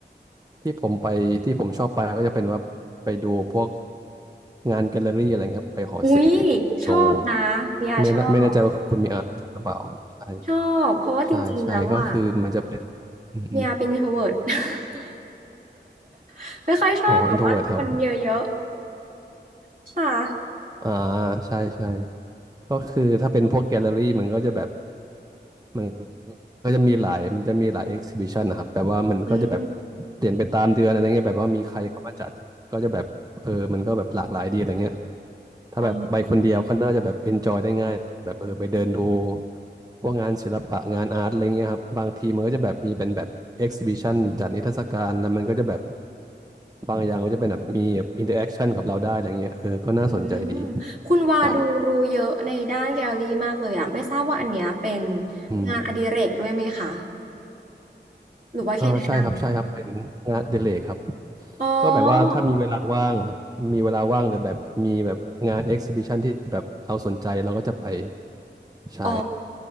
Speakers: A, on the right; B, on the right.
A: ที่ผมไปที่ผมชอบไปก็จะเป็นว่าไปดูพวกงานแกลเลอรี่อะไรครับไปหอศิลป์ตรง
B: อุ๊ยชอบนะเมียชอบ
A: ไม่ละไม่แน่ใจว่าคุณมีอ่านหรือเปล่าใช่
B: ชอบเพราะว่าจริงๆแล้วอ่ะ
A: ใช่ใช่ก็คือมันจะเป็นอืมอม
B: เมียเป็น i n t r o v e r t <laughs> ไม่ค่อยชอบแบบว่าคนเยอะ
A: อ๋ออินโทรเวิร์ตครับ
B: ๆค่ะ
A: อ่าใช่ใช่ก็คือถ้าเป็นพวกแกลเลอรี่มันก็จะแบบมัน ก็จะมีหลายมันจะมีหลายเอ็กซิบิชันนะครับแบบว่ามันก็จะแบบ
B: อืม
A: เปลี่ยนไปตามเดือนอะไรเงี้ยแบบว่ามีใครเข้ามาจัดก็จะแบบเออมันก็แบบหลากหลายดีอะไรเงี้ยถ้าแบบไปคนเดียวก็น่าจะแบบเอนจอยได้ง่ายแบบเออไปเดินดู
B: อ๋อ
A: พวกงานศิลปะงานอาร์ตอะไรเงี้ยครับบางทีมันก็จะแบบมีเป็นแบบเอ็กซิบิชันจัดนิทรรศการแล้วมันก็จะแบบบางอย่างมันจะเป็นแบบมีแบบอินเตอร์แอคชั่นกับเราได้อะไรเงี้ยเออก็น่าสนใจดี
B: อืมคุณวาดูรู้เยอะในด้านแกลเลอรี่มากเลยอ่ะไม่ทราบว่าอันเนี้ยเป็น
A: ใช่อืม
B: งานอดิเรกด้วยไหมคะหรือว่าแค่แนะน
A: อ่าใช่ครับใช่ครับเป็นงานอดิเรกครับ
B: ำอ๋อ
A: ก็แบบว่าถ้ามีเวลาว่างอะครับมีเวลาว่างหรือแบบมีแบบงานเอ็กซิบิชันที่แบบเราสนใจเราก็จะไปใช่
B: อ๋อ